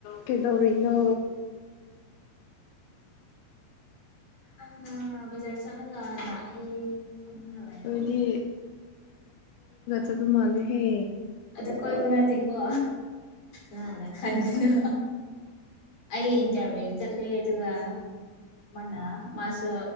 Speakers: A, on the left; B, on the left.
A: ꯀꯩꯗꯣ ꯔꯤ ꯅꯣ
B: ꯍꯥ ꯕꯥꯖꯥ꯭ꯔ ꯆꯠꯂꯒ ꯂꯥꯛꯑꯦ ꯐꯝꯃꯒ ꯂꯥꯛꯑꯦ
A: ꯅꯣꯏꯗꯤ ꯑꯗꯨ ꯃꯥꯅꯤ ꯍꯦ
B: ꯑꯗ ꯀꯣꯏꯕꯨ ꯅꯠꯇꯦꯀꯣ ꯂꯥꯟꯅ ꯈꯟꯒꯅꯣ ꯑꯩ ꯏꯟꯇꯔꯚꯤꯌꯨ ꯆꯠꯂꯦ ꯑꯗꯨꯒ ꯑꯃꯅ ꯃꯥꯁꯨ